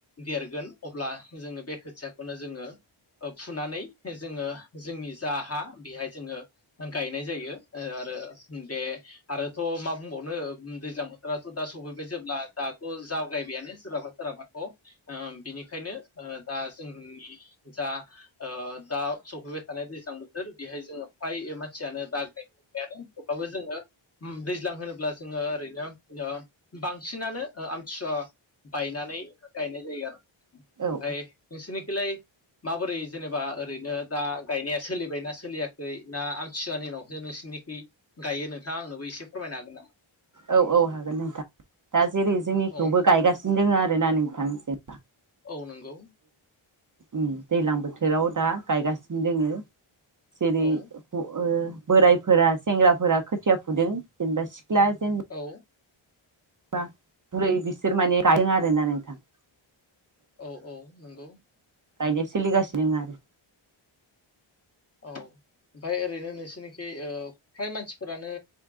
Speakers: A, on the left; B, on the right.
A: देरगोन अब्ला जोङो बे खोथियाखौनो जोङो ओ फुनानै जोङो जोंनि जा हा बेहाय जोङो गायनाय जायो ओ आरो दे आरोथ मा बुंबावनो दैज्लां बोथोराथ दा सफैबाय जेब्ला दाथ जावगायबायानो सोरहाबा सोरहाबा औ ओ बिनिखायनो ओ दा जोंनि जा ओ दा सफैबाय थानाय दैज्लां बोथोर बेहाय जोङो फ्राय मान मानसियानो बा गायनाय थेवबाबो जोङो ओम दैज्लां होनोब्ला जोङो ओरैनो ओ बांसिनानो ओ आमथिसुवा बायनानै गायनाय जायो आरो
B: औ
A: बाय नोंसिनिकिलाय माबोरै जेनेबा ओरैनो दा गायनाया सोलिबायना सोलियाखै ना सुवानि उनावसो नोंसिनि खि गायो नोंथाङा आंनोबो एसे फोरमायनो हागोन नामा?
B: औ औ हागोन नोंथां दा जेरै जोंनिखौवबो
A: औ
B: गायगासिन‌ नो दङ आर ना नोंथांनि जेनेबा
A: औ नंगौ।
B: उम दैज्लां बोथोराव दा गायगासिनो दोङो। जेरै
A: औ
B: व ओ बोरायफोरा सेंग्राफोरा खोथिया फुदों जेनेबा सि ख्ला जों
A: औ
B: बा बुरै बिसि बिसोर माने गायदों
A: औ
B: आरोना नोंथां।
A: औ औ नंगौ।
B: गायदो सोलिगासिनो दोङो आरो
A: औ ओमफाय ओरैनो नोंसोरनिखि फ्राय मानसिफोरानो